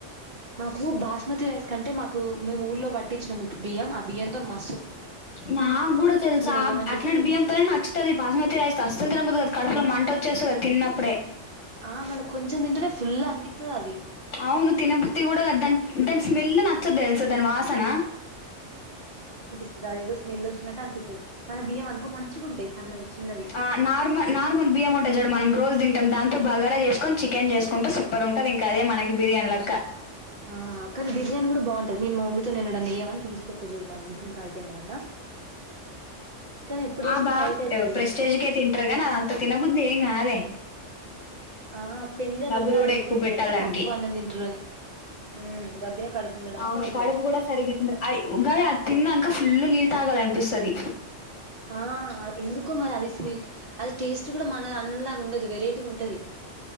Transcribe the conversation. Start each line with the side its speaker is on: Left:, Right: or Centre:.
Right: మాకు బాస్మతి రైస్ కంటే మాకు మేము ఊళ్ళో బట్టిచ్చినాం ఇప్పుడు బియ్యం ఆ బియ్యంతోని మ
Left: నాగ్గుడా తెలుసా
Right: వేయమని
Left: అట్లాంటి
Right: చెప్పి నేను
Left: బియ్యంతోనే
Right: తీసుకొస్తా
Left: నచ్చుతది బాస్మతి రైస్ తో అస్సలు తినబుద్ధి కాదు కడుపులో మంట వచ్చేస్తది తిన్నప్పుడే
Right: ఆ మళ్ళ కొంచెం తింటేనే ఫుల్ అనిపిత్తది అది
Left: అవును తినబుద్ది కూడా దాన్ దాని స్మెల్
Right: ఉమ్
Left: నచ్చదు దెల్సా దాని వాసన
Right: ద దేదో స్మెల్ వచ్చినట్టు అనిపిత్తది మన బియ్యం అనుకో మంచిగుంటాయి సన్నవి చిన్నవి
Left: ఆ నార్మల్ నార్మల్ బియ్యం ఉంటయ్ చూడు మనం రోజు తింటాం దాంతో బగారా చేసుకొని చికెన్ చేసుకుంటే సు పర్ ఉంటది ఇంకా అదే మనకి బిర్యానీ లక్క
Right: ఆ కానీ బిర్యానీ గూడా బాంటది నేను మా మమ్మీతోని ఎనడన ఏయమని తీసుకొస్తా చూడు మ మిషన్ కాడికి ఎన్నడన్నా కానీ ఎప్పుడు చేసినా
Left: ఆ బా
Right: నైట్ అయితది
Left: ప్రెస్టేజ్కె
Right: కదా
Left: తింట్రగని అది అంత తినబుద్దేం ఏం గాదే
Right: ఆ పెళ్ళిళ్ళలో
Left: డబ్బులు
Right: అది
Left: కూడా
Right: ఎందుకు
Left: ఎక్కువ
Right: వండుతారంటే
Left: పెట్టాలి దానికి
Right: తక్కువ అన్నం తింటరు అని ఉమ్ దబ్బిన కడుపు నిండడానికి
Left: అవును
Right: వండుతరు
Left: కడుపు కూడా సరి తిన్ గదే తిన్నాక ఫుల్ ని తాగాలనిపిస్తది
Right: ఆ ఎందుకో మరి అది స్మెల్ అది టేస్ట్ కూడా మన అన్నంలాగా ఉండదు వెరేటీగ ఉంటది